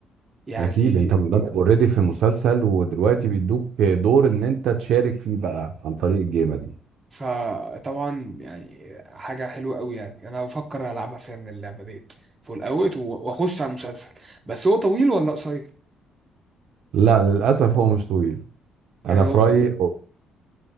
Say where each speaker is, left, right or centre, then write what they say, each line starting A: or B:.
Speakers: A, on the right; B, on the right.
A: يعني
B: اكيد انت مندمج اوريدي في مسلسل ودلوقتي بيدوك دور ان انت تشارك فيه بقى عن طريق الجيمة دي
A: فطبعا يعني حاجه حلوه قوي يعني انا بفكر العبها فعلا اللعبه ديت فول اوت و- واخش على المسلسل بس هو طويل ولا قصير
B: لا للاسف هو مش طويل انا
A: يعني هو
B: في رايي